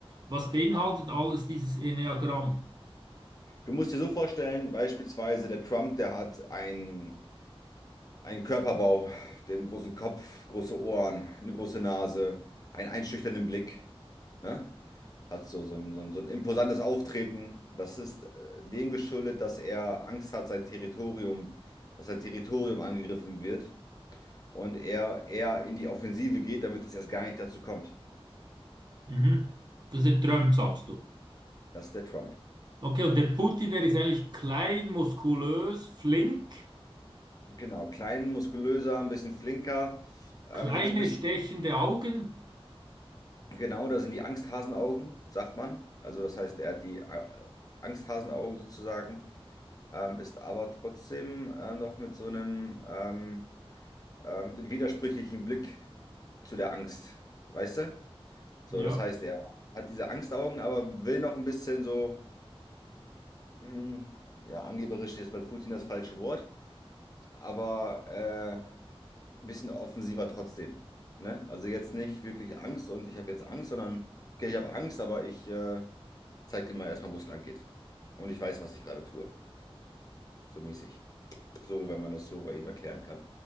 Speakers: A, on the right; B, on the left.
A: was beinhaltet alles dieses Enneagramm?
B: Du musst dir so vorstellen, beispielsweise der Trump, der hat ein Ein Körperbau, den großen Kopf, große Ohren, eine große Nase, einen einschüchternden Blick. Ne? Hat so, so ein, so ein, so ein imposantes Auftreten. Das ist äh, dem geschuldet, dass er Angst hat, sein Territorium, dass sein Territorium angegriffen wird und er eher in die Offensive geht, damit es erst gar nicht dazu kommt.
A: Mhm. Das ist der Trump, sagst du.
B: Das ist der Trump.
A: Okay, und der Putin, der ist eigentlich klein, muskulös, flink,
B: Genau, klein, muskulöser, ein bisschen flinker, ähm,
A: kleine
B: hat so ein bisschen
A: stechende Augen.
B: Genau, da sind die Angsthasenaugen, sagt man. Also das heißt, er hat die äh, Angsthasenaugen sozusagen, ähm, ist aber trotzdem äh, noch mit so einem ähm, ähm, widersprüchlichen Blick zu der Angst, weißt du? So,
A: Ja.
B: das heißt, er hat diese Angstaugen, aber will noch ein bisschen so, mh, ja, angeberisch ist jetzt bei Putin das falsche Wort, aber äh, ein bisschen offensiver trotzdem. Ne? Also jetzt nicht wirklich Angst und ich habe jetzt Angst, sondern, okay, ich habe Angst, aber ich... Äh, Zeig dir mal erstmal, wo es lang geht. Und ich weiß, was ich gerade tue. So mäßig. So, wenn man das so bei ihm erklären kann.